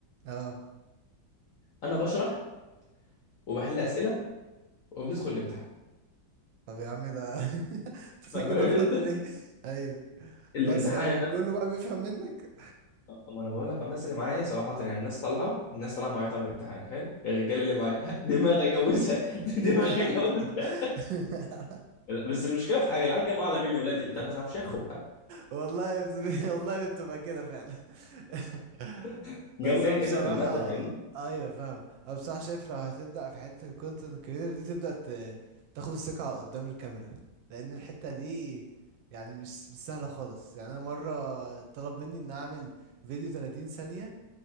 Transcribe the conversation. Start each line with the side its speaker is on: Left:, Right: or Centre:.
Right: اه
Left: انا بشرح وبحل اسئله وبندخل الامتحان
Right: طب يا عم ده <laughs> بس
Left: فاهم
Right: كده
Left: أنت؟
Right: فاضل ايه ايوه
Left: الامتحان
Right: بس يعني
Left: الناس
Right: كله بقى بيفهم منك
Left: طب ما انا بقول لك هو الناس اللي معايا صراحه يعني الناس طالعه الناس طالعه معايا طب الامتحان حلو الرجاله اللي معايا <laughs> دماغك ابوسها <laughs>
Right: <laughs>
Left: دماغك ابوسها لا، بس المشكله في حاجه العيال جابوا اعلى مني ولاد التاني انا هفشخهم
Right: والله بتبقى والله بتبقى كده فعلا <laughs>
Left: <laughs> جابوا
Right: بس
Left: جيد
Right: انا بصراحة
Left: جدا في الماده فاهمني
Right: ايوه فاهم انا بصراحة شايف لو هتبدأ في حتة الكونتنت كريتور دي تبدأ ت- تاخد الثقة قدام الكاميرا لان الحتة دي يعني مش مش سهلة خالص يعني انا مرة طلب مني ان اعمل فيديو 30 ثانية